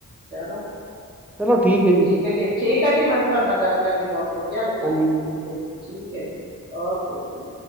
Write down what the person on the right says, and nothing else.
ਚਲੋ
ਕੈ ਜੀ ਠੀਕ ਏ ਜੀ, ਮੈਨੂੰ ਤੁਆਡੇ ਨਾਲ ਗੱਲ ਕਰਕੇ ਬੋਤ ਵਧੀਆ ਲੱਗੇਆ,
ਠੀਕ ਏ ਜੀ। ਕੇ ਜੀ, ਔਕੇ ਜੀ।